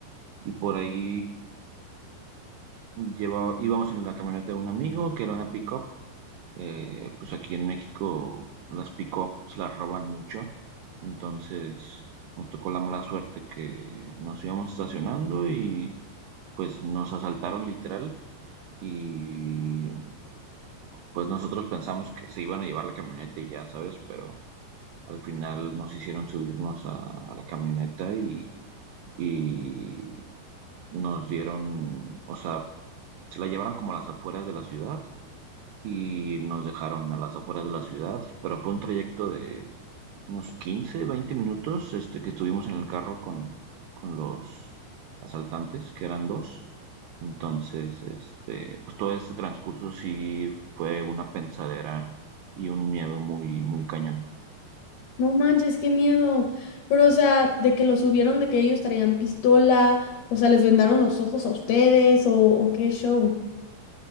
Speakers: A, on the right; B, on the left.
A: Y por ahí lleva, íbamos en la camioneta de un amigo que era una pick-up eh, pues aquí en México las pick-up se las roban mucho, entonces nos tocó la mala suerte que nos íbamos estacionando y pues nos asaltaron literal y pues nosotros pensamos que se iban a llevar la camioneta y ya sabes, pero al final nos hicieron subirnos a, a la camioneta y, y nos dieron, o sea, se la llevaron como a las afueras de la ciudad y nos dejaron a las afueras de la ciudad, pero fue un trayecto de unos 15 20 minutos este, que estuvimos en el carro con, con los asaltantes, que eran dos. Entonces, este, pues todo este transcurso sí fue una pensadera y un miedo muy, muy cañón.
B: No manches, qué miedo. Pero, o sea, de que lo subieron, de que ellos traían pistola, o sea, les vendaron los ojos a ustedes, o, o qué show.